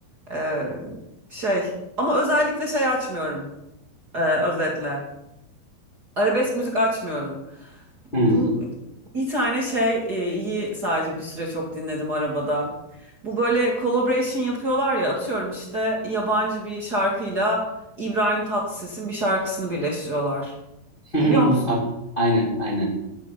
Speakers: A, on the right; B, on the left.
A: e, şey ama özellikle şey açmıyorum e, özetle. Arabesk müzik açmıyorum.
B: Hmm.
A: Bu bir tane şey e, iyi sadece bir süre çok dinledim arabada. Bu böyle collaboration yapıyorlar ya atıyorum işte yabancı bir şarkıyla İbrahim Tatlıses'in bir şarkısını birleştiriyorlar.
B: <laughs>
A: Biliyor musun?
B: At- Aynen, aynen.